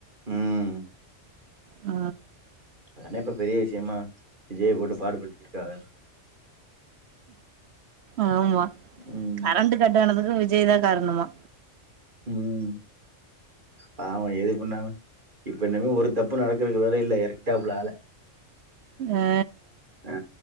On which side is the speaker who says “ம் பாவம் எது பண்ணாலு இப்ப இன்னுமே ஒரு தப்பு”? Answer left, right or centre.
Right